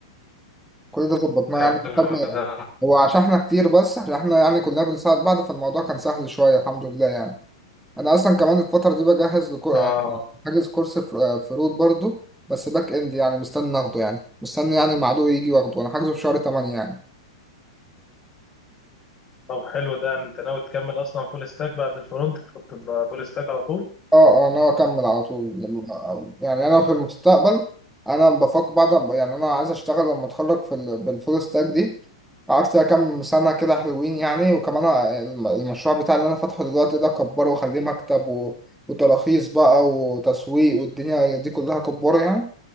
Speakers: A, in the centre; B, on the left.
A: كل ده ظبطناه
B: حلو
A: يعني خدنا
B: ده
A: هو عشان احنا كتير بس عشان احنا يعني كلنا بنساعد بعض فالموضوع كان سهل شوية الحمد لله يعني أنا أصلا كمان الفترة دي بجهز لكو
B: اه
A: يعني حاجز كورس فر- فروت برضو بس باك إند يعني مستني آخده يعني مستني يعني مع عدوي يجي واخده أنا حاجزه في شهر 8 يعني
B: طب حلو ده انت ناوي تكمل اصلا فول ستاك بعد الفرونت كنت تبقى فول ستاك على طول
A: اه اه ناوي اكمل على طول لما- يعني انا في المستقبل انا بفكر بعد ما- يعني انا عايز اشتغل لما اتخرج في ال- بالفول ستاك دي قعدت فيها كام سنه كده حلوين يعني وكمان الم- المشروع بتاعي اللي انا فاتحه دلوقتي ده كبره وخليه مكتب و- وتراخيص بقى وتسويق والدنيا دي كلها كبره يعني